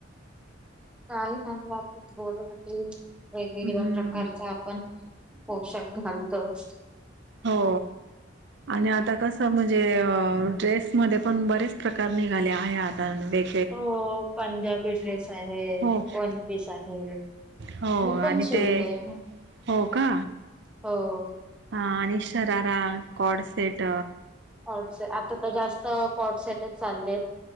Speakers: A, in the centre; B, on the right.
A: काही म असंच बोल होते वेगवेगळ्या
B: हम्म
A: प्रकारचा पण पोशाख घालतोच.
B: हो आणि आता कसं म्हणजे अ ड्रेस मध्ये पण बरेच प्रकार निघाले आहे आता वेग
A: हो पंजाबी ड्रेस आहेत
B: हो
A: वन पीस आहे
B: हो
A: मी पण
B: आणि
A: शिवतेय
B: ते हो का
A: हो
B: हा आणि शरारा कॉडसेट
A: पॉट स आता तर जास्त पॉट सेटच चालले आहेत